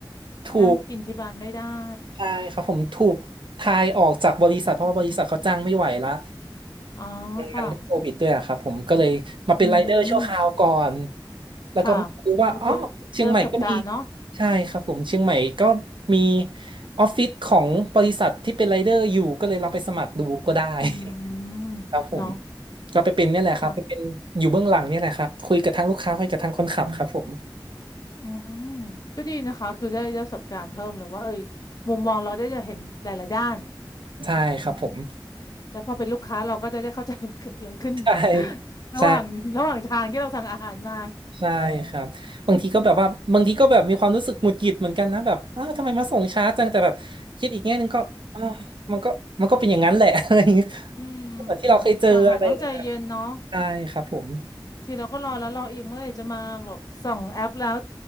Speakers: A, on the right; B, on the left.
A: ถูก
B: นั่งกินที่บ้านไม่ได้
A: ใช่ครับผมถูกทายออกจากบริษัทเพราะว่าบริษัทเขาจ้างไม่ไหวละ
B: อ๋อค่ะ
A: มันกันด้วยโควิดด้วยอะครับผมก็เลยมาเป็นไรเดอร์ชั่วคราวก่อน
B: อืม
A: แล้วก็เรู้ว่าอ๋อเชียงใหม่ก็มี
B: ค่ะเออก็ได้ประสบการณ์เนาะ
A: ใช่ครับผมเชียงใหม่ก็มีออฟฟิศของบริษัทที่เป็นไรเดอร์อยู่ก็เลยลองไปสมัครดูก็ได้
B: อืมเนาะ
A: <laughs> ครับผมก็ไปเป็นเนี่ยแหละครับไปเป็นอยู่เบื้องหลังเนี่ยแหละครับคุยกับทางลูกค้าคุยกับทางคนขับครับผม
B: ค่ะอืมก็ดีนะคะคือได้ได้ประสบการณ์เพิ่มเลยว่าเอ้ยมุมมองเราได้จะเห็นหลายๆด้าน
A: ใช่ครับผม
B: แล้วพอเป็นลูกค้าเราก็จะได้เข้าใจว่าเกิดอะไรขึ้น
A: ใช่
B: <laughs> ระหว่างระหว่างทางที่เราสั่งอาหารมา
A: ใช่ ใช่ครับบางทีก็แบบว่าบางทีก็แบบมีความรู้สึกหงุดหงิดเหมือนกันนะแบบอ้าวทำไมมาส่งช้าจังแต่แบบคิดอีกแง่หนึ่งก็อ้าวมันก็มันก็เป็นอย่างนั้นแหละ <laughs> อะไรอย่างเงี้ย
B: อืม
A: เหมือนที่เราเคยเจออะไรอย่างเงี้ย
B: สั่งอาหารต้องใจเย็นเนาะ
A: ใช่ครับผม
B: บางทีเราก็รอแล้วรออีกเมื่อไหร่จะมาแบบส่องแอปแล้ว